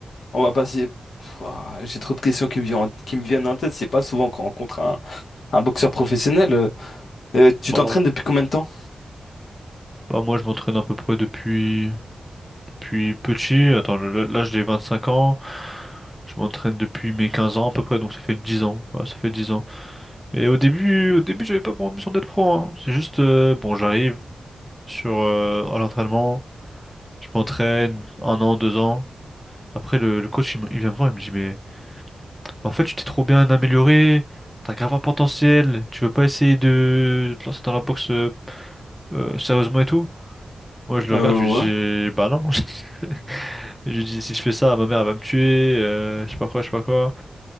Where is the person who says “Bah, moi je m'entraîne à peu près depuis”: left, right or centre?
Centre